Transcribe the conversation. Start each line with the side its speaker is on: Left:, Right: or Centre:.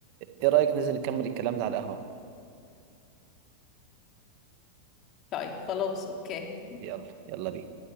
Right: ايه رأيك ننزل نكمل الكلام ده على القهوة
Left: طيب خلاص أوكي
Right: يلا يلا بينا